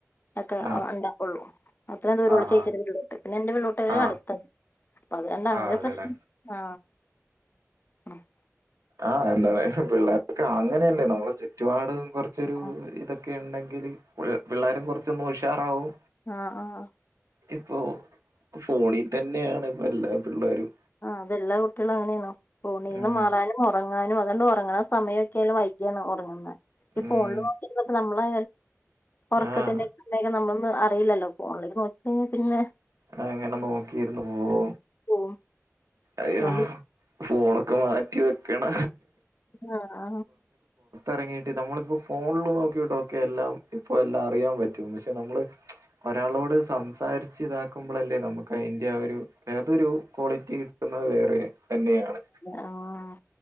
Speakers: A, on the left; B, on the right.
A: ഒക്കെ
B: ആഹ്
A: ഉണ്ടാക്കുള്ളൂ അത്രയും ദൂരം വിളിചേച്ചിട്ട്
B: ആഹ് ആഹ്
A: <unintelligible> പിന്നെ എന്റെറെ വള്ളിലോട്ട <unintelligible>
B: ആഹ്
A: അടുത്ത അപ്പത് കണ്ടാ അങ്ങനെ
B: ആഹ്
A: ഒരു
B: അതെല്ലേ
A: പ്രശ്നം ആ ഉഹ <unintelligible> <inaudible>
B: ആ എന്താണ് പിള്ളേർക്കെ അങ്ങനെയല്ലേ നമ്മള് ചുറ്റുപാട കുറച്ചൊരു
A: ആഹ്
B: ഇതൊക്കെ ഒക്കെ ഉണ്ടെങ്കില് പിള്ളാരും കുറച്ചൊന്നുഷാറാവും.
A: ആഹ്
B: ഇപ്പോൊ ഫോണിൽ തന്നെയാണ് ഇപ്പോ എല്ലാ പിള്ളേരും
A: ആഹ് അതെല്ലാ കുട്ടികളും അങ്ങനെയണോ ഫോണീന്ന്
B: ഉം
A: മാറാനും ഉറങ്ങ ഞാനും എന്നും ഉറങ്ങണ സമയൊക്കെയായിനു വൈകിയാണൊറങ്ങുന്നേ ഈ
B: ഉം
A: ഫോണിലു നോക്കിയിരുന്നിട്ടു നമ്മളെ ഉറക്കത്തിന്റെ
B: ആഹ്
A: <unintelligible> നമ്മളൊന്നും അറിയില്ലല്ലോ ഫോണിലേക്ക് നോക്കി കഴിഞ്ഞാൽ പിന്നെ
B: ആ എങ്ങനെ നോക്കിയിരുന്നു പോകോ
A: പോവും
B: അയ്യോ
A: നമ്മൾ
B: ഫോണൊക്കെ മാറ്റി വെക്കണ
A: ആ ആ
B: ഇറങ്ങിയിട്ട് നമ്മളിപ്പോൾ ഫോണിൽ നോക്കിയിട്ട്ക്കെ എല്ലാം ഇപ്പം എല്ലാം അറിയാൻ പറ്റും നമ്മള് ഒരാളോട് സംസാരിച്ച് ഇതാ ുമ്പോല്ലേ <unintelligible> നമുക്ക് അയിന്റെ ഒരു ഏതൊരു ക്വാളിറ്റി കിട്ടുന്നത് വേറെ തന്നെയാണ്
A: ആഹ് ആഹ്